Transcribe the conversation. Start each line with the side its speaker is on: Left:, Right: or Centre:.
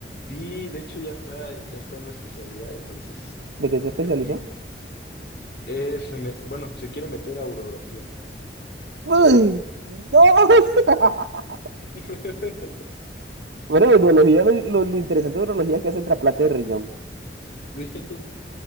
Left: Sí, de hecho ya está, ya está en la especialidad, entonces.
Right: ¿De qué se especializó?
Left: Pero sí. Eh, se me- bueno, se quiere meter a urología.
Right: Uy, no. <laughs>
Left: <laughs>
Right: Bueno, en urología, lo, lo- lo interesante de urología es que hacen trasplante de riñón.
Left: Sí,